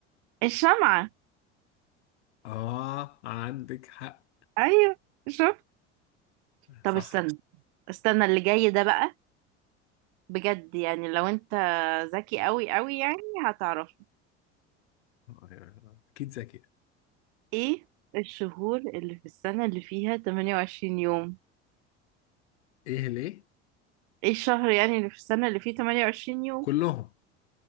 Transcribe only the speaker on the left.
اه عندك حق
صح
آه، اكيد ذكية
ايه ليه
كلهم